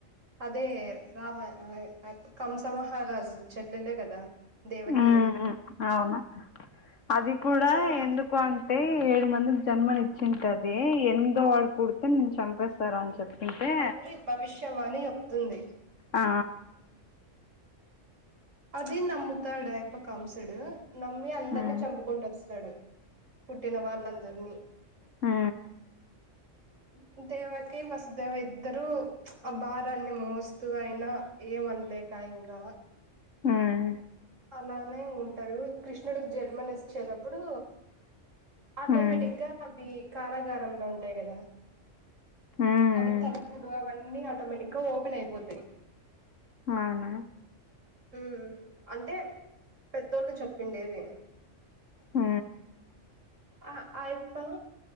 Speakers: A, on the right (about 75°); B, on the left (about 75°).
A: అదే రావ కంస మహారాజు చెల్లెలే కదా దేవకి
B: ఉమ్ అవును అది కూడా
A: కంసమహ
B: ఎందుకు అంటే ఏడు మంది ఉం జన్మనిచ్చింటది ఎనిమిదో వాడు పుడితే నేను చంపేస్తారని చెప్ అంతే
A: అని భవిష్యవాణి చెప్తుంది
B: ఆ
A: అది నమ్ముతాడు అయప్ప కంసుడు నమ్మి అందరిని
B: ఉమ్
A: చంపుకుంటూ వస్తాడు పుట్టిన వాళ్ళందరు
B: ఊ
A: <inaudible> దేవకి వసుదేవ ఇద్దరు అ భారాన్ని మోస్తూ అయినా ఏం మన్ లేకా ఇంకా
B: ఉమ్
A: అలానే ఉంటారు కృష్ణుడికి జన్మని ఇచ్చేటప్పుడు ఆటోమేటిక్
B: ఉమ్
A: గా అవి కారాగారంలో ఉంటాయి కదా
B: ఉమ్
A: అవి తలుపులు అవన్నీ ఆటోమేటిక్ గా ఓపెన్ అయిపోతాయి
B: అవునా
A: ఉ అంటే పెద్దోళ్ళు చెప్పిండేవి
B: ఊ
A: ఆ ఆయప్ప